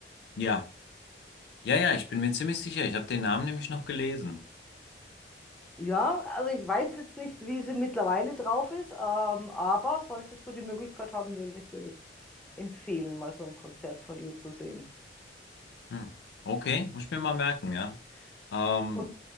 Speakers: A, on the left; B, in the centre.
A: Ja, ja, ja, ich bin mir ziemlich sicher. Ich habe den Namen nämlich noch gelesen.
B: Ja, also ich weiß jetzt nicht, wie sie mittlerweile drauf ist, ähm, aber solltest du die Möglichkeit haben, würde ich dir das empfehlen, mal so ein Konzert von ihr zu sehen.
A: Hm. Okay, muss ich mir mal merken, ja. Ähm,
B: Und,